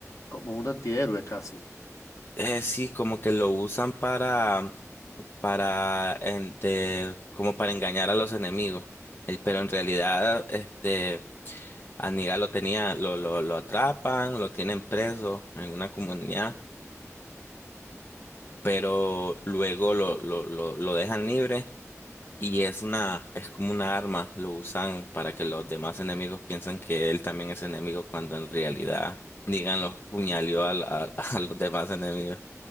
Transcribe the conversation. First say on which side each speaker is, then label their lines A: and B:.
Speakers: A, on the left; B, on the left.
A: como un antihéroe casi.
B: eh, sí, como que lo usan para, para, en- de- como para engañar a los enemigos. Eh, Pero en realidad, este, a Negan lo tenía, lo, lo, lo atrapan, lo tienen preso en una comunidad pero luego lo, lo, lo, lo dejan libre Y es una, es como una arma, lo usan para que los demás enemigos piensen que él también es enemigo cuando en realidad, díganlo, puñaleó al- a, <laughs> a los demás enemigos.